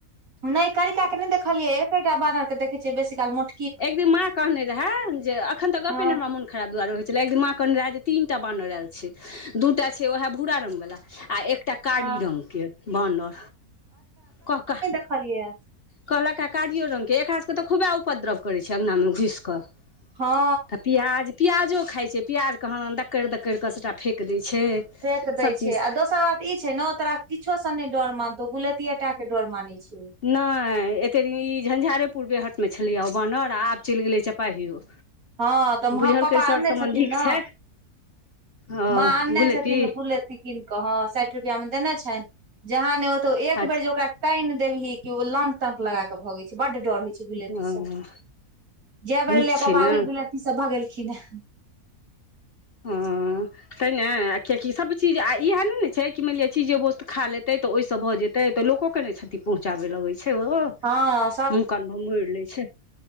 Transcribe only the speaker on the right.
नहि करिका के नहि देखलियै एकेटा बानर के देखै छियै बेसी काल मोट
हँ
हँ
खालीयऐ
हँ
फेेक दै
छै आ दोसर बात ई छै ने ओ तोरा किछो से नहि डर मानतौ गुलैतिये टा के डर मानै छिय
हँ तऽ
हम पापा आनने
छथिन ने
माँ आनने
छथिन गुलेती कीन कऽ ह साठि रुपआ मे देने छनि जहाँ ने ओतौ एक
बेर जे ओकरा कइन देलही ओ लंग तंंग लगा के भगे छै बड डर हय
जै बेर
ऐलेया
पापा
ओहि गुलती स भगेलखिन हे
हँ